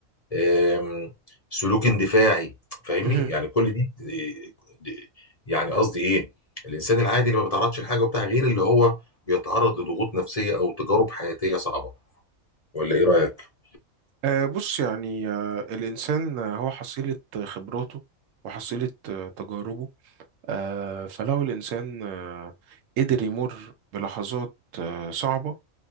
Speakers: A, on the left; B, on the right.
A: آم، سلوك اندفاعي فاهمني
B: مهم.
A: يعني كل دي دي- دي- يعني قصدي ايه الانسان العادي اللي ما بيتعرضش لحاجه وبتاع غير اللي هو بيتعرض لضغوط نفسيه او تجارب حياتيه صعبه ولا ايه رايك
B: آه، بص يعني آه، الإنسان آه، هو حصيلة آه، خبراته وحصيلة آه، تجاربه آه، فلو الإنسان آه، قدر يمر بلحظات آه، صعبة